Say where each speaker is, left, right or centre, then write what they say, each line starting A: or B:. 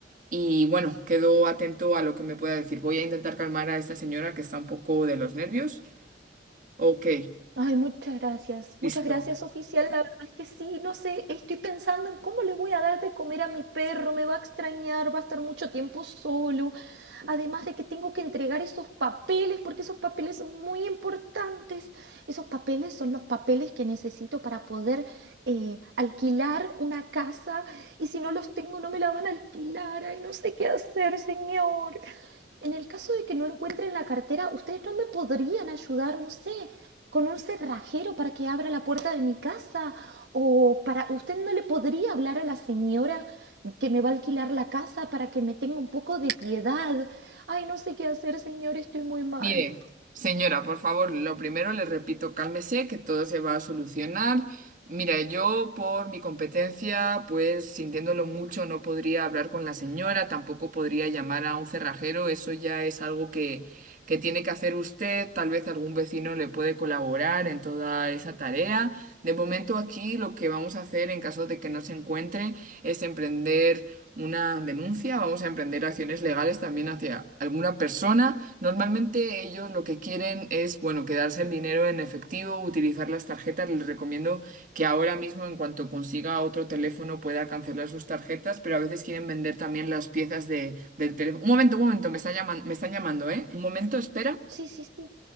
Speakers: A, on the right; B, on the right.
A: y bueno, quedo atento a lo que me pueda decir. Voy a intentar calmar a esta señora que está un poco de los nervios. Ok,
B: Ay, muchas gracias.
A: listo.
B: Muchas gracias, oficial. La verdad es que sí, no sé, estoy pensando en cómo le voy a dar de comer a mi perro. Me va a extrañar, va a estar mucho tiempo solo. Además de que tengo que entregar esos papeles, porque esos papeles son muy importantes. Esos papeles son los papeles que necesito para poder eh, alquilar una casa. Y si no los tengo, no me la van a alquilar. Ay, no sé qué hacer, señor. En el caso de que no encuentren la cartera, ¿ustedes no me podrían ayudar, no sé, con un cerrajero para que abra la puerta de mi casa? ¿O para usted no le podría hablar a la señora que me va a alquilar la casa para que me tenga un poco de piedad? Ay, no sé qué hacer, señor, estoy muy mal.
A: Mire, señora, por favor, lo primero le repito, cálmese, que todo se va a solucionar. Mira, yo por mi competencia, pues sintiéndolo mucho, no podría hablar con la señora, tampoco podría llamar a un cerrajero, eso ya es algo que, que tiene que hacer usted, tal vez algún vecino le puede colaborar en toda esa tarea. De momento aquí lo que vamos a hacer en caso de que no se encuentre es emprender una denuncia, vamos a emprender acciones legales también hacia alguna persona. Normalmente ellos lo que quieren es, bueno, quedarse el dinero en efectivo, utilizar las tarjetas. Les recomiendo que ahora mismo, en cuanto consiga otro teléfono, pueda cancelar sus tarjetas, pero a veces quieren vender también las piezas de, del teléfono. Un momento, un momento, me está llaman- me están llamando, ¿eh? Un momento, espera.
B: Sí, sí, sí.